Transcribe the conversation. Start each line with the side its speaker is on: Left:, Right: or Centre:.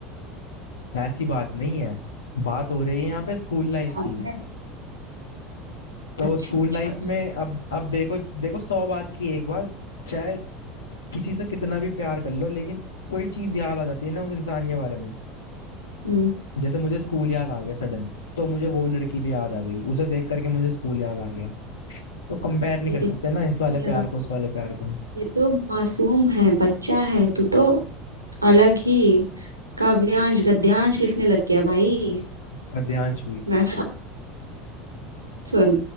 Left: ऐसी बात नहीं है बात हो रही है यहाँ पे स्कूल लाइफ
Right: बात
Left: की
Right: है
Left: तो
Right: अच्छा
Left: स्कूल
Right: अच्छा
Left: लाइफ में अब अब देखो देखो सौ बात की एक बात चाहे किसी से कितना भी प्यार कर लो लेकिन कोई चीज याद आ जाती है ना उस इंसान के बारे में
Right: हम्म
Left: जैसे मुझे स्कूल याद आ गया सडन तो मुझे वो लड़की भी याद आ गई उसे देख करके मुझे स्कूल याद आ गया तो कंपेयर नहीं
Right: ये
Left: कर
Right: देख
Left: सकते ना इस
Right: मुझे
Left: वाले
Right: लगा
Left: प्यार को उस वाले प्यार को
Right: ये तो मासूम है बच्चा है तू तो अलग ही काव्यांश गद्यांश लिखने लग गया भाई
Left: पद्यांश भी
Right: मैं सुन